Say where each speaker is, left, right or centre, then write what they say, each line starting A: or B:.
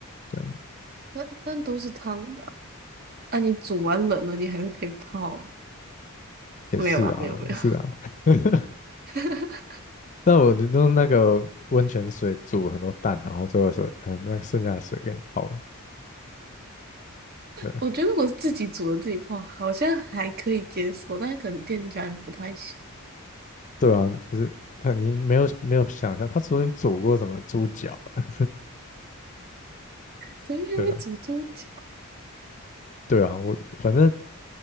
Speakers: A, on the left (about 35°); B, on the right (about 45°).
A: 这样
B: 那那都是汤的啊。啊你煮完冷了，你还是可以泡啊。
A: 也是啊，
B: 没有啊，没有没有。
A: 也是啊。<laughs>
B: <laughs>
A: 那我就用那个温泉水煮很多蛋，然后最后说，嗯，那个剩下的水给你泡了，对
B: 我觉得我自己煮了自己泡，好像还可以接受，但是可能店家人不太行。
A: 对啊，就是他你没有没有想象，他昨天煮过什么猪脚啊？
B: 在那边煮多久？
A: 对啊，对啊，我反正。